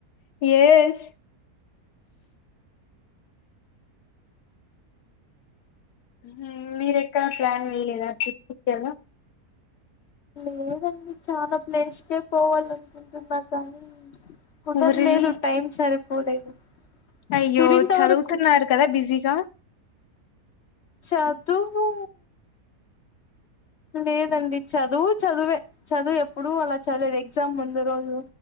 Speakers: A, on the left; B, on the left.
A: ఎస్ ఉ మీర ఎక్కడ ప్లాన్ వేయలేదా ట్రిప్కిక్కలా
B: లేదండి చాల ప్లేస్కే పోవాల అనుకుంటున్నా కానీ కుదర్లేదు
A: ఊరిని
B: టైం సరిపోలేదు
A: అయ్యో
B: మీరింత
A: చదువుతున్నారు
B: వరకు
A: కదా బిజీగ
B: చదువు లేదండి చదువు చదువే చదువు ఎప్పుడు అలా చదిలేదు ఎగ్జామ్ ముందు రోజు